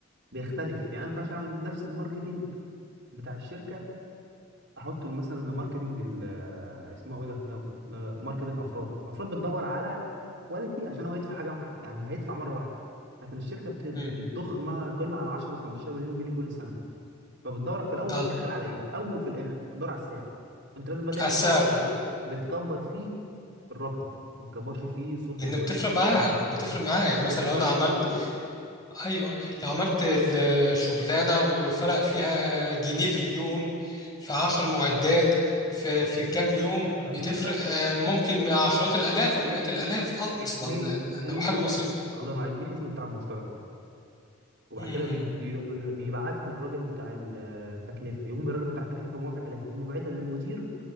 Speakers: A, on the right; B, on the left.
A: بيختلف يعني أنا ما ينفعش اعمل نفس الماركتنج بتاع الشركه احط له مثلا ماركتنج ال- اسمه ايه ده لا- لا، ماركت الافراد الافراد بتدور على كواليتي عشان هو يدفع حاجه وح- يعني هيدفع مره واحده لكن الشركه بت-
B: امم
A: بتضخ ما لا يقل عن 10 15 مليون جنيه كل سنه فبتدور في الاول
B: اه
A: وفي الاخر على ايه اول وفي الاخر بتدور على السعر انت لازم بقى تعمل
B: على السعر
A: ماركتنج بتكبر فيه الرقم ما بتكبرش فيه صوره
B: لان
A: المعلم
B: بتفرق معاها بتفرق
A: آه،
B: معايا يعني مثلا
A: هو بيبص
B: لو انا عملت
A: بالفلوس
B: ايوه
A: مم.
B: لو عملت الشغلانه وفرق فيها جنيه في اليوم في عشر معدات في في كام يوم
A: ايوه
B: بتفرق آه، ممكن مع عشرات الالاف او مئات الالاف
A: هي
B: اصلا
A: هي هي
B: لو حاجه
A: دي
B: بسيطه
A: الله ينور عليك دي حسبه بتاع المشتريات وبعد
B: امم
A: كده بي- بيروح بيح- بيبعتها للراجل بتاع ال- التكلفه يقوم الراجل بتاع التكلفه موافق عليها يقوم باعتها للمدير